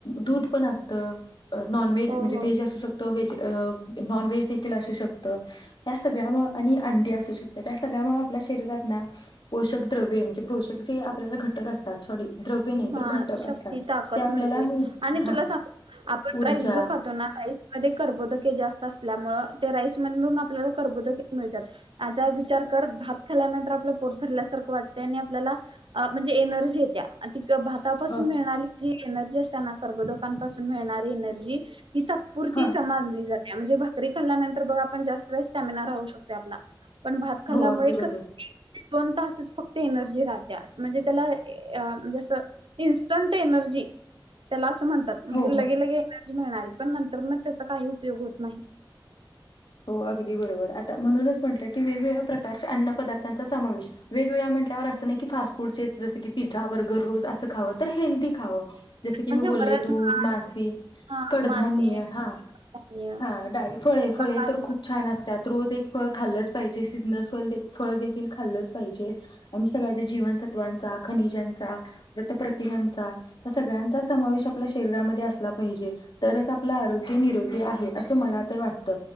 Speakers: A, on the left; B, on the right.
A: दूध पण असतं, नॉनव्हेज
B: हो
A: म्हणजे
B: हो
A: व्हेज असू शकतं. तो व्हेज -नॉन व्हेज देखील असू शकतं. या सगळ्या मुळं आणि अंडी असू शकतात, त्या सगळ्या मुंळ आपल्या शरीरात ना पोषक द्रव्ये म्हणजे पोषक जे आपल्याला घटक असत सॉरी द्रव्य नाही
B: हा
A: तर घटक
B: शक्ती
A: असतात,
B: ताकद
A: ते आपल्याला
B: मिळते
A: मिळतात
B: आणि
A: हा.
B: तुला सांग आपण
A: ऊर्जा
B: राईस जो खातो ना राईस कर्बोदके जास्त असल्यामुळे ते राईस मधून आपल्याला <unintelligible> मिळतात. आता विचार कर. भात खाल्यानंतर आपलं पोट भरल्यासारखं वाटतयं आणि आपल्याला अ म्हणजे एनर्जी येत्या. तित भातापासून
A: ह
B: मिळणारी- - ती एक एनर्जी असत्याना करबोधका पासून मिळणारी एनर्जी ती तात्पुरती
A: हा
B: समानली जात. त्या म्हणजे भाकरी खाल्ल्यानंतर बघ आपण जास्त वेळ स्टॅमिना राहू शकतोय आपला. पण भात खाल्ल्या
A: हो
B: मुळे
A: अगदी
B: एकच
A: बरोबर
B: दोन तासच फक्त एनर्जी -हातीया. म्हणजे त्येला ए अं... म्हणजे असं, इनस्टंट एनर्जी त्येला अस म्हणतात. म्हणजे
A: हो हो
B: लगेलगे एनर्जी मिळणारय. पण नंतरन त्येचा काही उपयोग होत नाही.
A: हो अगदी बरोबर. आता म्हणूनच म्हटलं की वेगवेगळ्या प्रकारच्या अन्न पदार्थांचा समावेश वेगवेळा म्हटल्यावर असं नाही की फास्ट फूडचेच रेसिपी पिझ्झा बर्गर रोज असं खाव तर हेल्दी खावं. जस की
B: म्हणजे
A: मी
B: वरण
A: बोलले दूध,
B: भात
A: मासे,
B: हा
A: कडधान्य,
B: मासे
A: हां...
B: धान्य
A: हा डाळी, फळे,
B: पोल्काहार
A: फळे तर खूप छान असत्यात रोज एक फळ खाल्लंच-
B: हो
A: पाहिजे, सीजनलफळ फळ देखील खाल्लच पाहिजे आणि सगळ्याच्या जीवनसत्वांचा खनिजांचा, वतप्रतिगांचा.... त्या सगळ्यांचा समावेश आपल्या शरीरामध्ये असला पाहिजे, तरच आपलं आरोग्य निरो ते आहे, असं मला तर वाटत.